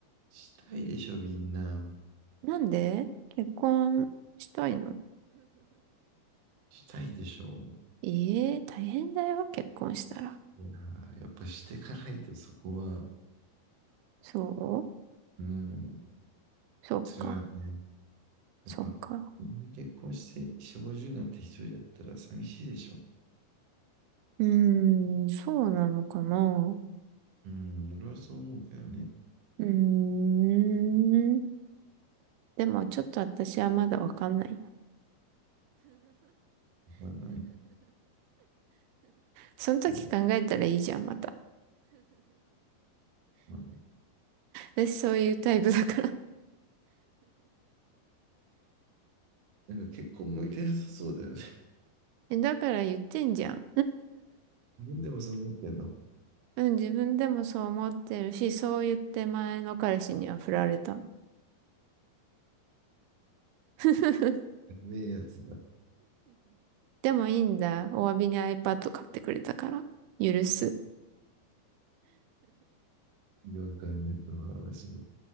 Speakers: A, on the right; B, on the right.
A: したいでしょ、みんな。
B: なんで結婚したいの
A: したいでしょ。
B: ええー、大変だよ、結婚したら。
A: いやー、やっぱしていかないとそこは、
B: そ
A: うん、
B: うそっか、
A: それはね、やっぱみんな結婚して4、
B: そっか。
A: 50になって一人だったら寂しいでしょ。
B: うーん、そうなのかな。
A: うん、俺はそう思うけどね。
B: うーん。でもちょっと私はまだわかんないな。
A: わかんない。
B: その時考えたらいいじゃん、
A: うん、
B: また。
A: まあ、
B: 私そういうタイプだから
A: なんか結婚向いてなさそうだよね。
B: <laughs> え、だから言ってんじゃん。
A: <laughs> 自分でもそう思ってんの。
B: うん、自分でもそう思ってるし、そう言って前の彼氏には振られた。<laughs>
A: やべえやつだ。
B: でもいいんだ。お詫びに iPad 買ってくれたから。許す。
A: わかんない、その話も。